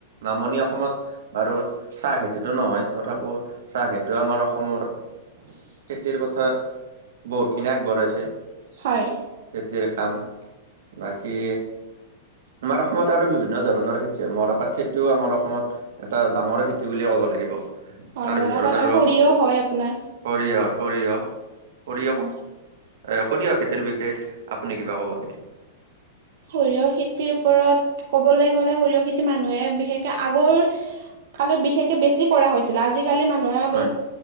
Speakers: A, on the right; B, on the right.
A: নামনি অসমত বাৰু ছাহ খেতিটো নহয় তথাপিওঁ ছাহ খেতিও আমাৰ অসমৰ
B: <unintelligible>
A: খেতিৰ কথা বহুতখিনি আগবঢ়াইছে।
B: হয়।
A: খেতিৰ কাম বাকী। আমাৰ অসমত আৰু বিভিন্ন ধৰণৰ খেতি হয় মৰাপাট খেতিও আমাৰ অসমত। এটা ডাঙৰে খেতি বুলিয়ে ক'ব লাগিব।
B: হয়
A: তাৰ
B: মৰাপাট
A: ভিতৰত আৰু
B: হয় সৰিয়হ
A: সৰিয়হ
B: হয় আপোনাৰ
A: সৰিয়হ সৰিয়হ।
B: হয়
A: এ সৰিয়হ খেতিৰ বিষয়ে আপুনি কিবা কব নেকি
B: সৰিয়হ খেতিৰ ওপৰত ক'বৈ। গ'লে সৰিয়হ খেতি মানুহে বিশেষকে আগৰ কালত বিশেষকে বেছি কৰা হৈছিলে আজিকালি মানুহ। মানুহে আমি
A: হয়